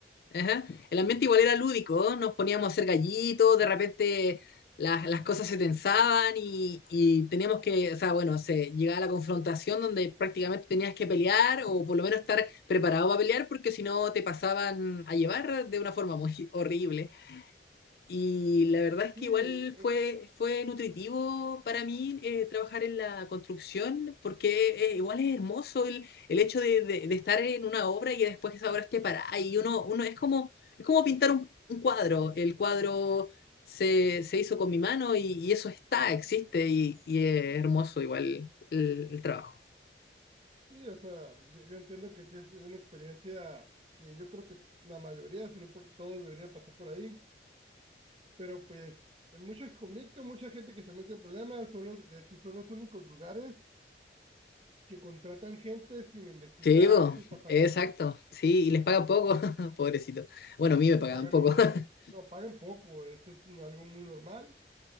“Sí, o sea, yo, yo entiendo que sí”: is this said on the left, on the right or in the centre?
Right